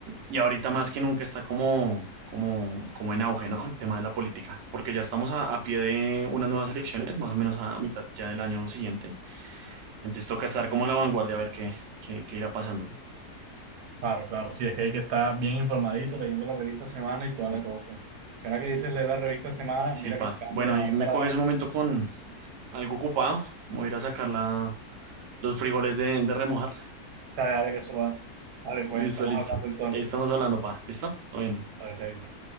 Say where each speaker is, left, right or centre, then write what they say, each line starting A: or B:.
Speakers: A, on the right (about 60°); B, on the right (about 80°).
A: y ahorita más que nunca está como... Como, como en auge, ¿no? El tema de la política, porque ya estamos a, a pie de unas nuevas elecciones, más o menos a a mitad ya del año siguiente. Entonces toca estar como a la vanguardia a ver qué, qué, qué irá pasando.
B: claro, claro, sí, es que hay que estar bien informadito leyendo la revista Semana y toda
A: Sí,
B: la cosa. Ahora que dices leer la revista Semana,
A: sí,
B: mira
A: pa.
B: que me acaban
A: Bueno,
B: de llamar
A: ahí me
B: para
A: coges un momento con algo ocupado. Voy a ir a sacar la, los frijoles de, de remojar.
B: saber de que eso va. Vale, pues,
A: Listo,
B: estamos
A: listo.
B: hablando entonces.
A: Ahí estamos hablando, pa. ¿Listo? Todo bien.
B: Vale, chaito.